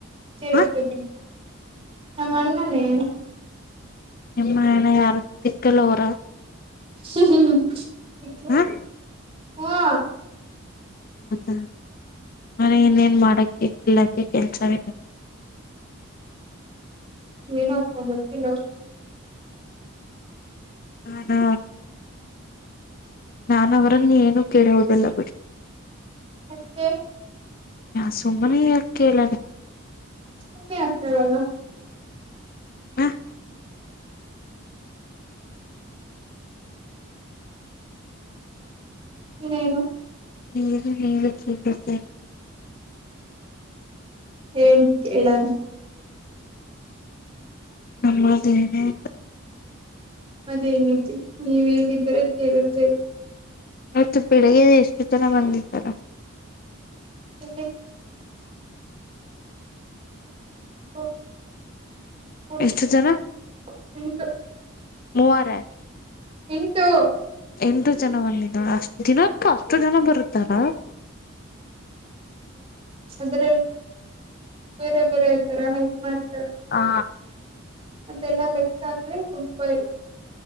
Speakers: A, on the right; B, on the left.
A: ಸೇರುತ್ತೇವೆ
B: ಹ
A: ನಮ್ಮ ಅಣ್ಣನೇ
B: ನಿಮ್ಮನ ಯಾರ ತಿಕ್ಕಲ್ಲೋರ
A: ಹ್ಮ ಇ
B: ಹ
A: ಹಾ
B: ಹೌದ ನಾನ ಇನ್ನೇನ್ ಮಾಡಕ ಕಲ್ಲಕ ಕೆಲ್ಸವ
A: ಏನ್ತ ಮತಿ ನ
B: ಹದಾ ನನ್ವರನ್ನ ಏನು ಕೇಳ ಹೋುದಲ್ಲ ಬಿಡಿ
A: ಹತ್ತೆ
B: ನಾ ಸುಮ್ಮನೆ ಕೇೇಳಲಿ
A: ಕಮ್ಮಿ ಆಗ್ತಾರೆಲ್ಲ
B: ಹ
A: ಹ್ಮ್
B: ನೀ ನೀ ಸ
A: ಹೇಳಿ ಕೇಳಣ
B: ನಮ್ಮದು ಏನ ಅಂತ
A: ಮದೇನತಿ ನೀವೇನಿದ್ದರ ಕೇಳುತ್ತೇವೆ
B: ಮತ್ತು ಬೆಳಿಗ್ಗೆ ಎಷ್ಟು ಜನ ಬಂದಿದ್ದಾರ
A: ಎ ಇ
B: ಎಷ್ಟು ಜನ ಮೂವಾರ
A: ಎಂಟು
B: ಎಂಟು ಜನ ಬಂದಿದಳ ಅಷ್ಟ ದಿನಕ್ಕೂ ಅಷ್ಟು ಜನ ಬರುತ್ತಾರ
A: ಅದ್ರಲ್ಲಿ ಬೇರೆ ಬೇರೆ ತರ ಹೆಲ್ಪ್ ಮಾಡ್
B: ಹಾ
A: ಮತ್ತೆಲ್ಲಾ ಲೆಕ್ ಹಾಕ್ರೆ ತುಂಬ ಇರು